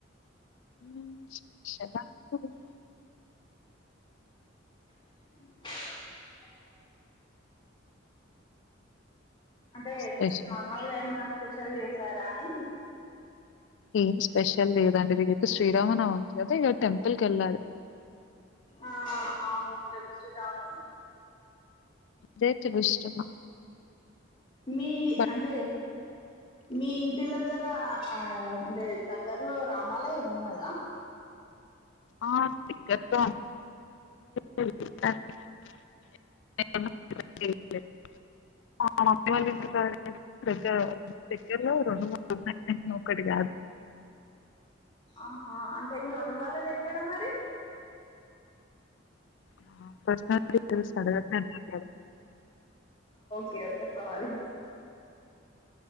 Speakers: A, on the left; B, on the left.
A: ఊ ష్ షలా <unintelligible>
B: <unintelligible> అంటే
A: స్పెషల్
B: నార్మల్గా ఏమన్నా స్పెషల్ చేసారా అని
A: ఏం స్పెషల్ లేద్ దండి రేపు శ్రీరామనవమి గదా! ఇగ టెంపుల్ కెళ్ళాలె.
B: ఆ అవును. రేపు శ్రీరామనవమి
A: అదే తెలుస్తున్నా.
B: మీ
A: బట్
B: అంటే, మీ ఇంటి దగ్గర్ ర ఆ అంటే దగ్గరలో రామాలయం ఉన్నదా?
A: ఆ ద్గరలో అంటే <unintelligible> ఆ మమ్మీ వాళ్ళ ఇంటి కాడ దగ్గర దగ్గరలో రెండు మూడు ఉన్నాయి ఒకటి గాదు.
B: ఆహా అంటే మీ మమ్మీ వాల్లదెక్కడ మరీ?
A: ఆ పర్సనల్ డిటైల్స్ అడగద్దన్నారు కదా!
B: కేస్ పెడ్తా మరి.